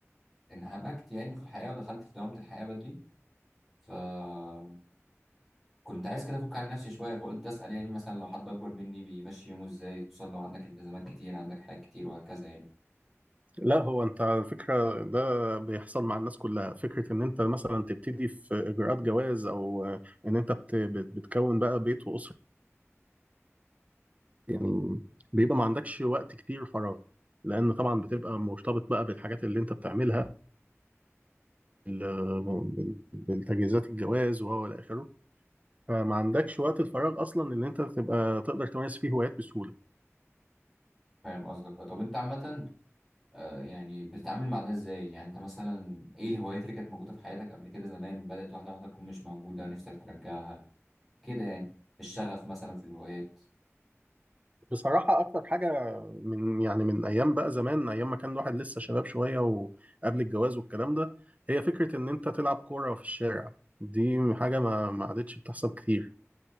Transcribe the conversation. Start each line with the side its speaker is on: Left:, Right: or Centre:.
Centre: انهمكت يعني في الحياة ودخلت في دوامة الحياة بدري فكنت عايز كده افك عن نفسي شوية فقلت اسأل يعني مثلا لو حد اكبر مني بيمشي يومه ازاي خصوصا لو عندك التزامات كتير عندك حاجات كتير وهكذا يعني
Right: لا هو انت على فكرة ده بيحصل مع الناس كلها فكرة ان انت مثلا تبتدي في اجراءات جواز او ان انت بت... بت- بتكون بقى بيت واسرة يعني بيبقى ما عندكش وقت كتير فراغ لان طبعا بتبقى مرتبط بقى بالحاجات اللي انت بتعملها بال- بالتجهيزات الجواز وهو الى اخره فما عندكش وقت الفراغ اصلا ان انت تبقى تقدر تمارس فيه هوايات بسهوله
Centre: فاهم قصدك طب انت عامة آه، يعني بتتعامل مع ده ازاي يعني انت مثلا ايه الهوايات اللي كانت موجودة في حياتك قبل كده زمان بدأت واحدة واحدة تكون مش موجودة نفسك ترجعها كده يعني الشغف مثلا في الهوايات
Right: بصراحه اكتر حاجه من يعني من ايام بقى زمان ايام ما كان الواحد لسه شباب شويه وقبل الجواز والكلام ده هي فكره ان انت تلعب كوره في الشارع دي حاجه ما ما عادتش بتحصل كتير